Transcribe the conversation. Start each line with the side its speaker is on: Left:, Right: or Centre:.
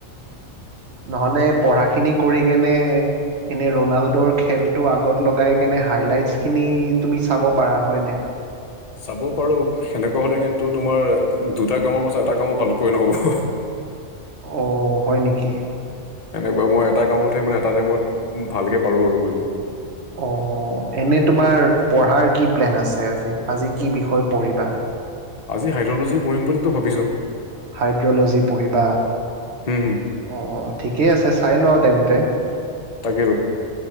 Right: নহ'লে পঢ়াখিনি কৰি কেনে এনে ৰনালডোৰ খেলটো আগত লগাই কেনে হাইলাইটছ খিনি তুমি চাব পাৰা হয় নাই
Left: চাব পাৰো সেনেকুৱা হ'লে কিন্তু তোমাৰ দুটা কামৰ মাজত এটা কামো ভালকৈ নহ'ব স
Right: অ হয় নেকি
Left: সেনেকুৱা মই এটা কামতহে মানে এটা টাইমত ভালকে পাৰোঁ আৰু কৰিব
Right: অ অ এনে তোমাৰ পঢ়াৰ কি প্লেন আছে আজি, আজি কি বিষয় পঢ়িবা
Left: আজি হাইদ্ৰ'লজী পঢ়িম বুলিটো ভাবিছোঁ
Right: হাইদ্ৰ'লজি পঢ়িবা
Left: হম হম
Right: অ অ ঠিকে আছে চাই লোৱা আৰু তেন্তে
Left: তাকেটো